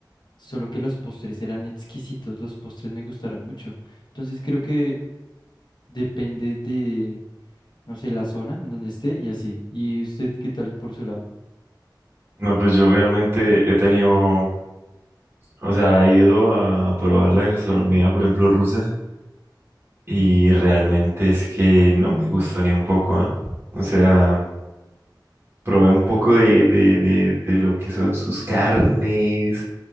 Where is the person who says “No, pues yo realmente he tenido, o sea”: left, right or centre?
Right